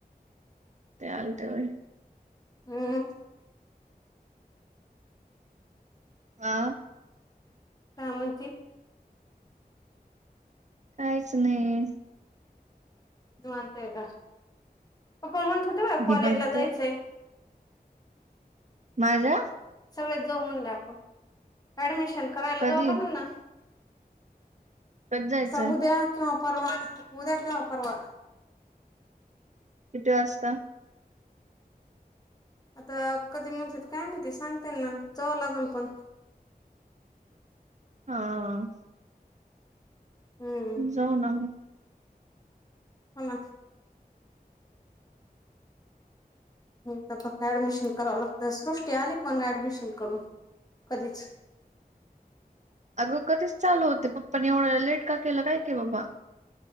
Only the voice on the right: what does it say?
ते आलते होय
आ
काहीच नाही
निवांत
आहे माझ्या
कधी
कधी जायचंय
किती वाजता
हा
जाऊ ना मग
अगं कधीच चालू होते पप्पानी एवढं लेट का केलं काय की बाबा